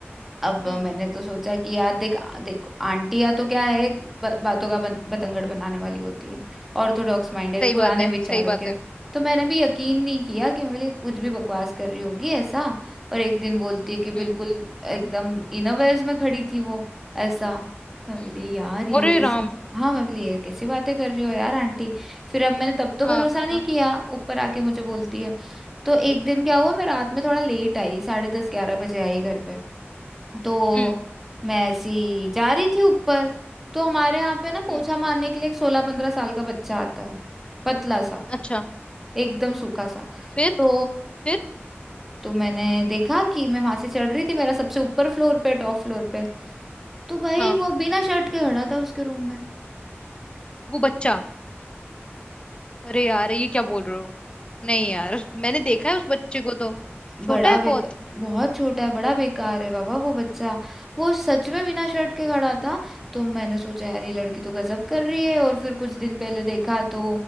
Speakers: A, in the centre; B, on the left.
A: अब
B: हम्म
A: मैंने तो सोचा कि यार देख देख आंटियां तो क्या है ब, बातों का बन, बतंगड़ बनाने वाली होती है ऑर्थोडॉक्स माइंडेड
B: सही
A: पुराने
B: बात है
A: विचारों
B: सही बात
A: के होते-
B: है
A: तो मैंने भी यकीन नहीं किया कि मेरे कुछ भी बकवास कर रही होगी ऐसा और एक दिन बोलती
B: हम्म
A: है कि
B: हम्म
A: बिल्कुल एकदम इनोवेयर्स में खड़ी थी वो ऐसा मैं
B: हम्म
A: बोली यार ये
B: अरे
A: कैसे
B: राम
A: हाँ मैं बोली ये कैसी बातें कर रही हो यार आंटी फिर अब मैंने तब तो
B: हाँ
A: भरोसा
B: हाँ,
A: नहीं किया ऊपर आके मुझे बोलती है तो एक दिन क्या हुआ मैं रात में थोड़ा लेट आई साढ़े दस ग्यारह बजे आई घर पे तो
B: हम्म
A: मैं ऐसी जा रही थी ऊपर तो हमारे यहाँ पे ना पोछा
B: हम्म।
A: मारने के लिए एक सोलह पंद्रह साल का बच्चा आता है पतला सा
B: अच्छा
A: एकदम सूखा सा
B: फिर
A: तो
B: फिर
A: तो मैंने देखा कि मैं वहां से चढ़ रही थी मेरा सबसे ऊपर फ्लोर पे टॉप फ्लोर पे तो भाई
B: हाँ
A: वो बिना शर्ट के खड़ा था उसके रूम में
B: वो बच्चा अरे यार ये क्या बोल रहे हो नहीं यार
A: हाँ
B: मैंने देखा है उस बच्चे को तो
A: बड़ा
B: छोटा है
A: बेकार
B: बहुत
A: बहुत छोटा है बड़ा बेकार है बाबा वो बच्चा वो सच में बिना शर्ट के खड़ा था तो मैंने सोचा यार ये लड़की तो गजब कर रही है और फिर कुछ दिन पहले देखा तो